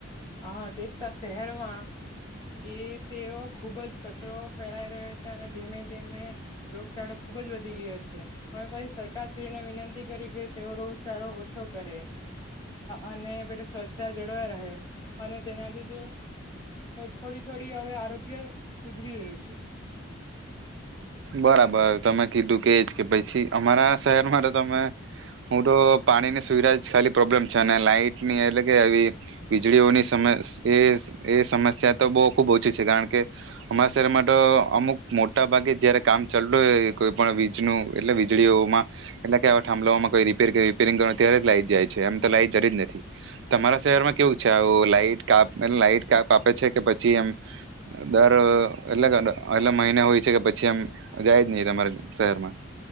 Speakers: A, on the left; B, on the right.
A: હા, તે જતા શહેરમાં કે તેઓ ખુબ જ કચરો ફેલાઈ રહ્યો છે, અને ધીમે ધીમે રોગચાળો ખુબ જ વધી ગયો છે. હવે પછી સરકારશ્રીને વિનંતી કરી કે તેઓ રોગચાળો ઓછો કરે, અને પેલુ સ્વચ્છતા જળવાઈ રહે. અને તેના લીધે થોડી થોડી હવે આરોગ્ય સુધરી રહ્યું છે.
B: બરાબર, તમે કીધું કે જ કે પછી અમારા શહેરમાં તો તમે, હું તો પાણીની સુવિધા જ ખાલી પ્રોબ્લેમ છે અને લાઈટની એટલે કે આવી વીજળીઓની સમસ્ એ સમસ્યા તો બહુ ખુબ ઓછી છે, કારણ કે અમારા શહેરમાં તો અમુક મોટા ભાગે જ્યારે. કામ ચાલતું હોય કોઈ પણ વીજનું એટલે વીજળીઓમાં એટલે કે આવા થાંભલામાં કોઈ રિપેર રીપેરિંગ કરવાનું ત્યારે જ લાઈટ જાય છે, એમ તો લાઈટ જતી જ નથી. તમારા શહેરમાં કેવું છે? આવું લાઈટ કાપ એ લાઈટ કાપ આપે છે કે પછી એમ દર એટલે એટલે મહિને હોય છે કે પછી એમ? જાય જ નહીં, તમારા શહેરમાં?